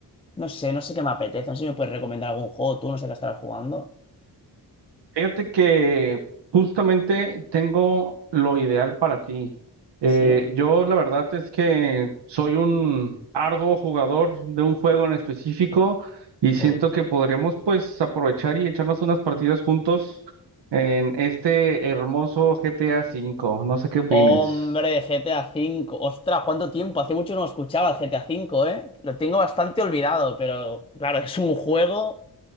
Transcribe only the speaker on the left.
No sé, no sé qué me apetece. No sé si me puedes recomendar algún juego. Tú no sé qué estarás jugando.
¿Sí?
Uy.
Hombre, GTA V. Ostras, ¿cuánto tiempo? Hace mucho no escuchaba el GTA V, ¿eh? Lo tengo bastante olvidado, pero claro, es un juego...